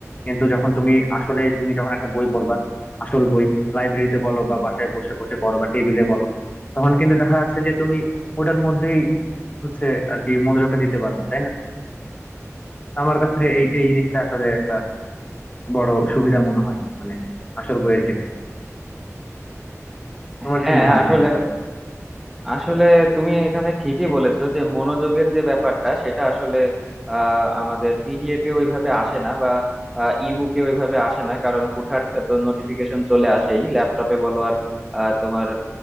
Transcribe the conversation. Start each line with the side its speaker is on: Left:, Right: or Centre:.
Left: কিন্তু যখন তুমি আসলে তুমি যখন একটা বই পড়বা আসল বই লাইব্রেরিতে বলো বা বাসায় বসে বসে পড়ো বা টেবিলে বলো তখন কিন্তু দেখা যাচ্ছে যে তুমি ওটার মধ্যেই হচ্ছে আর কি মনোযোগটা দিতে পারবা তাই না তো আমার কাছে এই এই জিনিসটা আসলে একটা বড় সুবিধা মনে হয় মানে আসল বইয়ের ক্ষেত্রে তোমার
Centre: হ্যাঁ
Left: কি মনে হয়
Centre: আসলে
Left: এই ব্যাপারে
Centre: আসলে তুমি এখানে ঠিকই বলেছো যে মনোযোগের যে ব্যাপারটা সেটা আসলে আহ, আমাদের পিডিএফ এ ওইভাবে আসে না বা ইবুকে ওইভাবে আসে না কারণ হুটহাট তো নোটিফিকেশন চলে আসেই ল্যাপটপে বলো আর আহ, তোমার